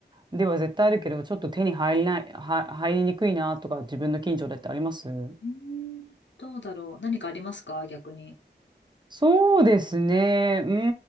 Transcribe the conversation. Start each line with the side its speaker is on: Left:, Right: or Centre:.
Right: では絶対あるけど、ちょっと手に入りない、は、入りにくいなとか自分の近所でってあります
Left: うーんどうだろう。何かありますか逆に。
Right: そうですね。うー